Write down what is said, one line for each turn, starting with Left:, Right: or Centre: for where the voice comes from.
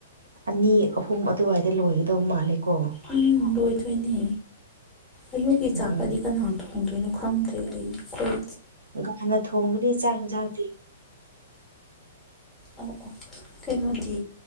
Right: ꯑꯅꯤ ꯑꯍꯨꯝ ꯑꯗꯨꯋꯥꯏꯗ ꯂꯣꯏꯒꯗꯧ ꯃꯥꯜꯂꯦꯀꯣ
Left: ꯎꯪ ꯂꯣꯏꯗꯣꯏꯅꯦ ꯑꯌꯨꯛꯀꯤ
Right: ꯎꯝ
Left: ꯆꯥꯛꯀꯗꯤ
Right: ꯎꯝ
Left: ꯀꯅꯥꯅ ꯊꯣꯡ__ ꯊꯣꯡꯗꯣꯏꯅꯣ ꯈꯪꯗ꯭ꯔꯦ ꯑꯩ ꯈꯣꯏ
Right: ꯥꯒꯥꯅ ꯊꯣꯡꯒꯅꯤ ꯆꯥꯛ ꯍꯦꯟꯖꯥꯡꯗꯤ
Left: ꯑꯣ ꯑꯣ ꯀꯩꯅꯣꯗꯤ